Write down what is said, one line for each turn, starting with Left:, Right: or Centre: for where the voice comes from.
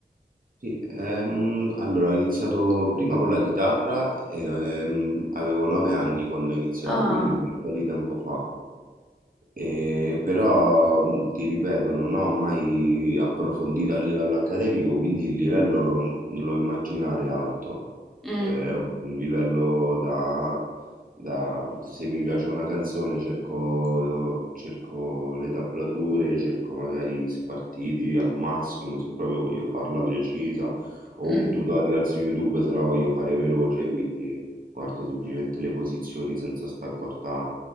Right: Sì, ehm, allora ho iniziato prima con la chitarra e ehm, avevo nove anni quando ho iniziato,
Centre: Ah,
Right: quindi un bel po' di tempo fa. E però mh, ti ripeto, non ho mai approfondito a livello accademico, quindi il livello non non lo immaginare alto.
Centre: mm,
Right: È un livello da da- se mi piace una canzone cerco, cerco le tablature, cerco magari spartiti al massimo se proprio voglio farla precisa o
Centre: mm,
Right: un tutorial su YouTube se la voglio fare veloce, quindi guardo semplicemente le posizioni senza stare a guardare,